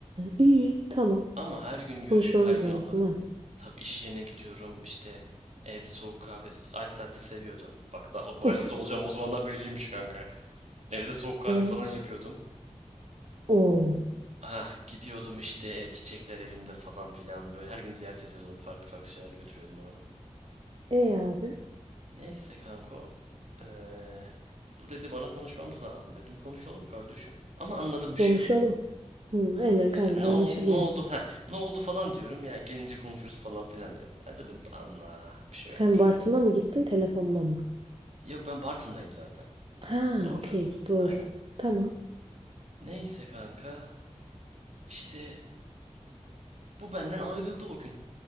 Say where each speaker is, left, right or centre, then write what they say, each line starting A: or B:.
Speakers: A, on the right; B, on the right.
A: iyi tamam.
B: Ama her gün görüşüm
A: Konuşmamız
B: her gün
A: lazım
B: onların
A: ha.
B: tabii iş yerine gidiyorum işte evde soğuk kahve ice latte seviyordu. Bak da o barista
A: <laughs>
B: olacağım o zamandan belliymiş kanka. Evde soğuk kahve
A: E
B: falan yapıyordum.
A: o.
B: Ha, gidiyordum işte çiçekler elimde falan filan. Böyle her gün ziyaret ediyordum. Farklı farklı şeyler götürüyordum ona.
A: E abi.
B: Neyse kanko. eee, bu dedi bana konuşmamız lazım. Dedim konuşalım kardeşim. Ama anladım bir
A: Konuşalım.
B: şey olduğunu.
A: Hı, aynen kanka
B: İşte ne
A: anlaşılıyor.
B: oldu ne oldu ha ne oldu falan diyorum ya gelince konuşuruz falan filan diyor. Ha dedim Allah bir şey
A: Sen
B: olmuş.
A: Bartın'a mı gittin telefonla mı?
B: Yok ben Bartın'dayım zaten
A: Ha
B: o
A: okey
B: ara.
A: doğru.
B: Aynen.
A: Tamam.
B: Neyse kanka işte bu benden ayrıldı o gün.